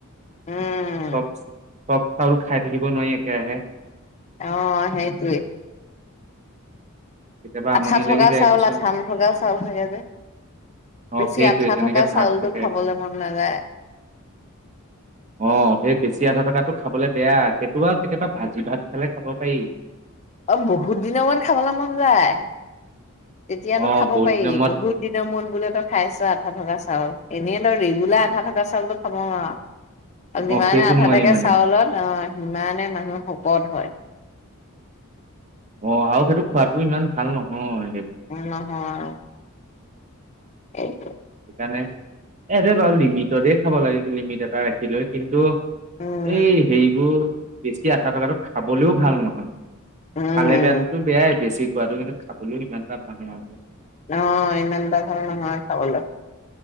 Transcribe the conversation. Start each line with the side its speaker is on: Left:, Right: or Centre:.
Left: উম
Right: চব, চব চাউল খাই থাকিব নোৱাৰি একেৰাহে।
Left: অহ, সেইটোৱেই।
Right: কেতিয়াবা
Left: আঠা
Right: আমনি
Left: থকা
Right: লাগি যায়
Left: চাউল,
Right: কিছুমান
Left: আঠা নথকা চাউল থাকে যে।
Right: অ
Left: বেছি
Right: সেইটোৱে
Left: আঠা
Right: তেনেকে
Left: থকা
Right: ভাগ
Left: চাউলটো
Right: থাকে
Left: খাবলৈ মন নাযায়।
Right: অহ, সেই বেছি আঠা থকাটো খাবলৈ বেয়া, সেইটো আৰু কেতিয়াবা ভাজি ভাত খালে খাব পাৰি।
Left: অহ, বহুত দিনৰ মূৰত খাবলৈ মন যায়। তেতিয়াতো
Right: অ
Left: খাব
Right: বহুত
Left: পাৰি,
Right: দিনৰ মূৰত
Left: বহুত দিন দিনৰ মূৰত বোলে তই খাইছোঁ আঠা থকা চাউল। এনেই তই ৰেগুলাৰ আঠা থকা চাউলটো খাব নোৱাৰ। যিমানে
Right: অ সেইটো
Left: আঠা
Right: নোৱাৰি
Left: থাকে
Right: মানে
Left: চাউলত অহ, সিমানে মানুহ শকত হয়।
Right: অহ, আৰু সেইটো খোৱাাটো ইমান ভাল নহয় সেইটো।
Left: উম, নহয় অহ। <unintelligible>
Right: সেইকাৰণে, এ এইটোৱে বাৰু লিমিটতেই খাব লাগে, লিমিট এটা ৰাখি লৈ। কিন্তু,
Left: উম
Right: এই হেৰিবোৰ, বেছি আঠা থকাটো খাবলেও ভাল নহয়।
Left: উম
Right: খালে বেয়াততো বেয়াই, বেছি খোৱাটো কিন্তু খাবলৈও ইমানটা ভাল নহয়।
Left: অ' ইমান এটা ভাল নহয় খাবলৈ।